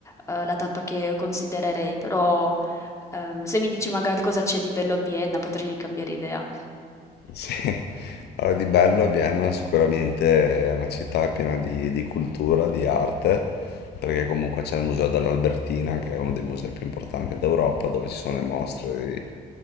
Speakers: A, on the left; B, on the left.
A: ehm, la tappa che considererei, però, ehm, se mi dici magari cosa c'è di bello a Vienna, potrei cambiare idea.
B: Sì, allora di bello Vienna sicuramente è una città piena di, di cultura, di arte, perché comunque c'è il Museo dell'Albertina, che è uno dei musei più importanti d'Europa, dove ci sono le mostre di,